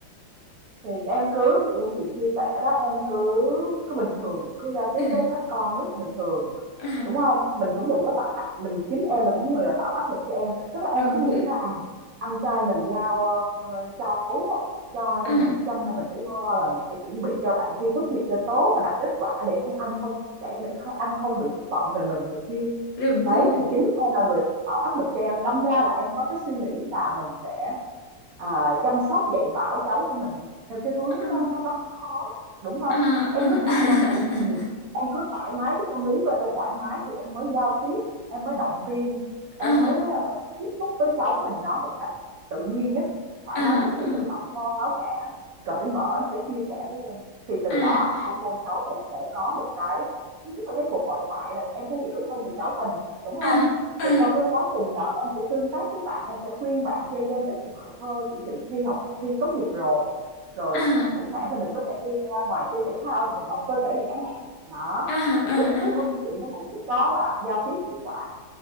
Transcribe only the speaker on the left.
à,
à,
đúng
rồi
à,
đúng
rồi
à.
à
à
à
à
à
à
à à
à
à à à à
à
à
à